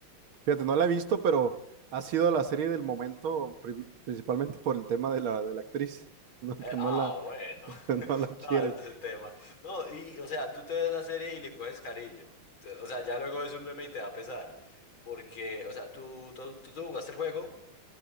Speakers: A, on the right; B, on the left.
A: Fíjate, no la he visto, pero ha sido la serie del momento, prim- principalmente por el tema de la, de la actriz, <laughs> ¿no?
B: Eh,
A: Que no
B: ah,
A: la,
B: bueno.
A: <laughs> no la quieren.
B: No, <laughs> ese tema. No, y, o sea, tú te ves la serie y le coges cariño. Te- O sea, ya luego es un meme y te da pesar. Porque, o sea, tú, tú, tú, tú jugaste el juego.